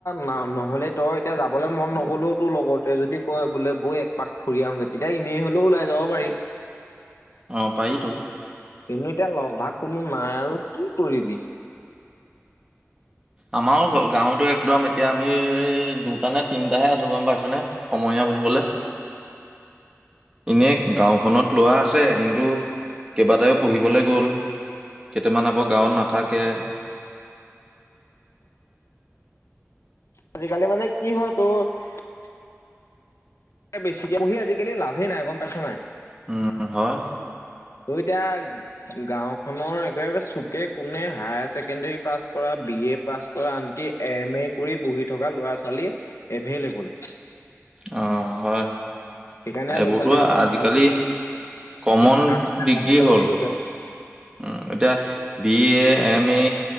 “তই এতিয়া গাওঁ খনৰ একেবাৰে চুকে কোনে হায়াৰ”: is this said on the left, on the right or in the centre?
Left